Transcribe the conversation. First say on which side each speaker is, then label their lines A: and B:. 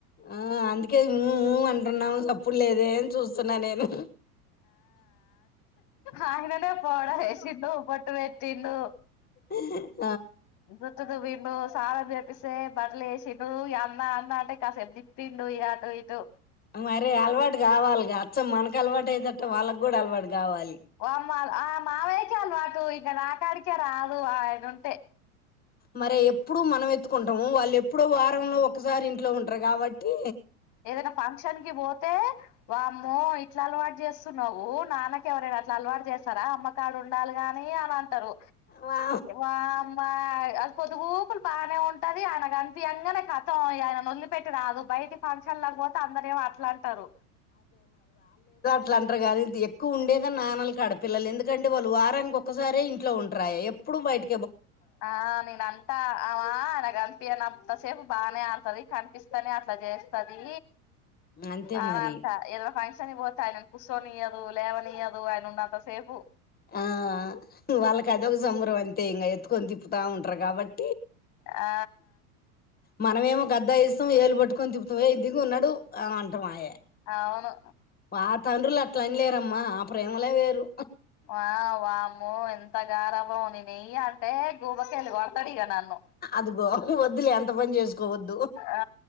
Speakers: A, on the left; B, on the left.
A: ఆ అందుకే ఉ ఉ అంటున్నాము సప్పుడు లేదే అని చూస్తున్నా నేను
B: ఆ అననే పోవడ వేసిండు బొట్టు పెట్ తిను
A: ఉ
B: ఇంత వీండో చాలా చేపిస్తే బట్టలు వేసిండు అన్న అన్న అంటే కాసెపు తిప్పిండు ఇగ అటు ఇటు
A: మరి అలవాటు కావాలిగా అచ్చం మనకు అలవాటు అయ్యేదట్టు వాళ్ళకి కూడా అలవాటు గావాలి
B: వామ్మో ఆ మావయ్యకి అలవాటు ఇక నాకాడికే రాదు ఆయన ఉంటే
A: మరి ఎప్పుడు మనం ఎత్తుకుంటాము వాళ్ళు ఎప్పుడో వారంలో ఒకసారి ఇంట్లో ఉంటారు కాబట్టి
B: ఏదైనా ఫంక్షన్ కి పోతే వామ్మో ఇట్లా అలవాటు చేస్తున్నావు నాన్నకి ఎవరైనా అట్లా అలవాటు చేస్తారా అమ్మకాడ ఉండాలి కానీ అనిం రు
A: వా
B: వామ్మా పొద్దుగు బానే ఉంటది ఆయనకు కనిపియంగానే కథం ఆయనను వొదిలిపెట్టి రాదు బయట ఫంక్షన్ లేకపోతే అందరు ఏమి అట్ల అంటారు
A: ఇట్లా అంటారు గానీ ఇంత ఎక్కువ ఉండేదే నాన్నలు కాడపిల్లలు ఎందుకంటే వాళ్ళు వారానికి ఒకసారి ఇంట్లో ఉంటారు ఎప్పుడు బయట
B: ఆ నేను అంటా ఆ నానగ పినంతసేపు బానే ఆడుతది కనిపిస్తనే అట్ల చేస్తది
A: అంతే
B: ఆ
A: మరి
B: అంతా ఏదో ఫంక్షన్కి పోతు ఆయనను కూసోనియదు లేవనియదు ఆయన ఉన్నంత సేపు
A: ఆ వాళ్ళక్ అదొక సంబరం అంతే ఇంగ ఎత్తుకొని తిప్పుతా ఉంటర్ కాబట్
B: ఆ
A: మనమేమో గద్దా ఇస్తాం ఏలు పట్టుకొని తిపుతూ ఏయ్ దిగు నడు అంటమాయే
B: అవును
A: మా తండ్రుల్ అట్ల అన్లేరమ్మా ఆ ప్రేమలే వేరు
B: ఆ వామ్మో ఎంత గారాబమో నేన్ ఎయ్య అంటే గూబకెళ్ళి కొడ్తరిగ నన్ను
A: అదిగో వద్దులే అంత పని చేసుకోవద్
B: ఆ